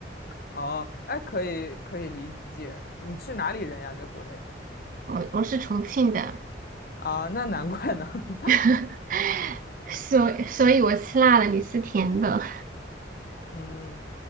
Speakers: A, on the left; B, on the right.
A: 哦，哎，可以可以理解，你是哪里人呀？在国内
B: 我我是重庆的，
A: 啊，那难怪呢。<laughs>
B: <laughs> 所以所以我吃辣的，你吃甜的。
A: 嗯。